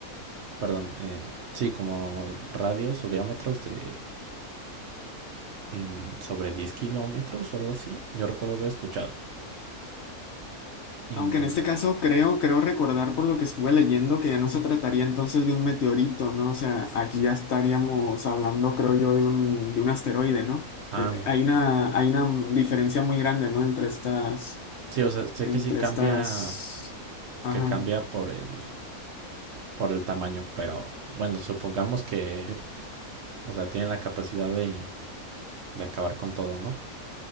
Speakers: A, on the right; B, on the left.
A: perdón, eh, sí, como radios o diámetros de mm, sobre 10 kilómetros o algo así. Yo recuerdo haber escuchado. Y,
B: Aunque en este caso creo, creo recordar por lo que estuve leyendo que ya no se trataría entonces de un meteorito, ¿no? O sea, aquí ya estaríamos hablando, creo yo, de un, de un asteroide, ¿no?
A: ah,
B: Eh, Hay una, hay una diferencia muy grande, ¿no? Entre estas,
A: sí, o sea, sé
B: entre
A: que sí cambia,
B: estas, ajá.
A: que cambia por el, por el tamaño, pero bueno, supongamos que, o sea, tiene la capacidad de, de acabar con todo, ¿no?